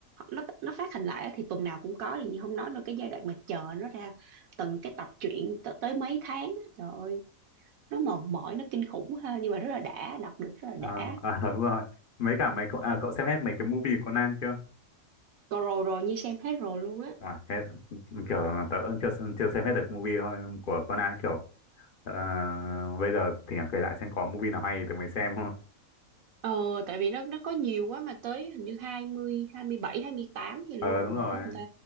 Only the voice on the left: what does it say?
À,
à, <laughs> đúng rồi. Mấy cả mấy cậu, à, cậu xem hết mấy cái movie của Conan chưa?
Wow, hết, kiểu tớ cũng chưa chưa xem hết được movie thôi của Conan kiểu ờ, bây giờ thì kể lại xem có movie nào hay thì tớ mới xem thôi.
Ờ
đúng
rồi.